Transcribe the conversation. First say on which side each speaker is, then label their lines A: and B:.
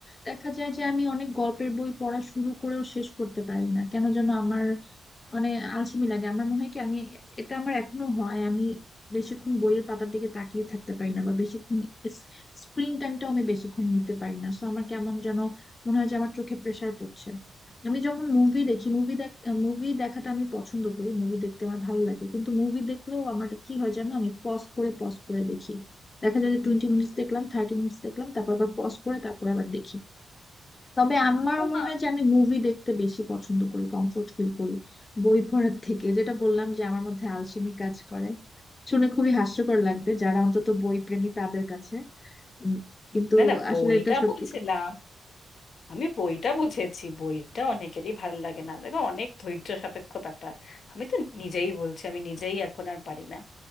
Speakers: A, on the left (about 30°); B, on the left (about 60°).
A: দেখা যায় যে আমি অনেক গল্পের বই পড়া শুরু করেও শেষ করতে পারি না কেন যেন আমার মানে আলসেমি লাগে আমার মনে হয় কি আমি এটা আমার এখনো হয় আমি বেশিক্ষণ বইয়ের পাতার দিকে তাকিয়ে থাকতে পারি না বা বেশিক্ষণ স্ক্রিন টাইমটাও আমি বেশিক্ষণ নিতে পারি না সো আমার কেমন যেন মনে হয় যে আমার চোখে প্রেসার পড়ছে আমি যখন মুভি দেখি মুভি দেখ মুভি দেখাটা আমি পছন্দ করি মুভি দেখতে আমার ভালো লাগে কিন্তু মুভি দেখলেও আমার কি হয় জানো আমি পজ করে পজ করে দেখি দেখা যায় যে টোয়েন্টি মিনিটস দেখলাম থার্টি মিনিটস দেখলাম তারপর আবার পজ করে তারপর আবার দেখি তবে আমার
B: ওমা!
A: মনে হয় যে আমি মুভি দেখতে বেশি পছন্দ করি কমফোর্ট ফিল করি বই পড়ার থেকে যেটা বললাম যে আমার মধ্যে আলসেমি কাজ করে শুনে খুবই হাস্যকর লাগবে যারা অন্তত বই প্রেমী তাদের কাছে উম, কিন্তু
B: না না বইটা
A: আসলে এটা সত্যি
B: বুঝলাম
A: কথা।
B: আমি বইটা বুঝেছি বইটা অনেকেরই ভাল লাগে না দেখো অনেক ধৈর্য সাপেক্ষ ব্যাপার আমি তো নিজেই বলছি আমি নিজেই এখন আর পারি না